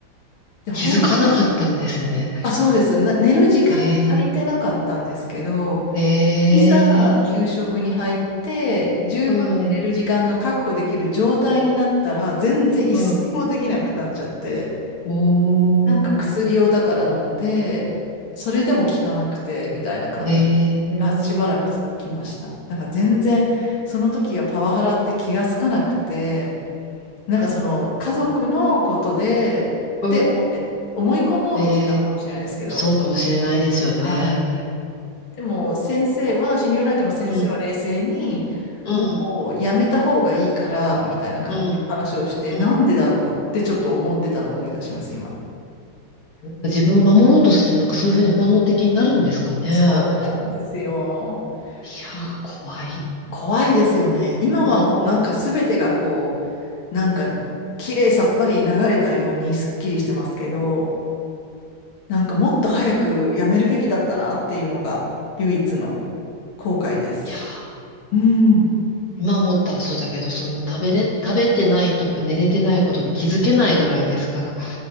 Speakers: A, on the left; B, on the left.
A: で、
B: 気づかなかったんですね。
A: 本当に、あ、そうです。な、寝る時間が足りてなかったんですけど、
B: ええ、ええ、
A: いざ給食に入って十分寝れる時間が確保できる状態になったら全然一睡もできなくなっちゃって
B: うん、うん、お
A: なんか薬をだから飲んでそれでも効かなくてみたいな感じがしばらく続きましただから全然その時はパワハラって気がつかなくて
B: ー、ええ、
A: なんかその家族のことでって思って思い込もうとしてたのかもしれないですけど
B: うん、ええ、そうかもしれないですよね。
A: はいでも先生は、心療内科の先生は冷静に、
B: うん、うん、
A: もうやめた方がいいから、みたいな感じの話をして、
B: うん、うん。
A: なんでだろうってちょっと思ってたのを思い出します、今。
B: なんか自分を守ろうとして、なんかそういうふうに本能的になるんですかね。いや
A: そうなんですよ。
B: ー、
A: もう
B: 怖い。
A: 怖いですよね。今はもうなんか全てがこ
B: うん、い
A: う、なんか綺麗さっぱり流れたようにすっきりしてますけど、なんかもっと早くやめるべきだったなっていうのが唯一の後悔です。
B: やー、
A: うん、
B: 今思ったらそうだけど、その食べれ、食べてないとか寝れてないことに気づけないぐらいですから。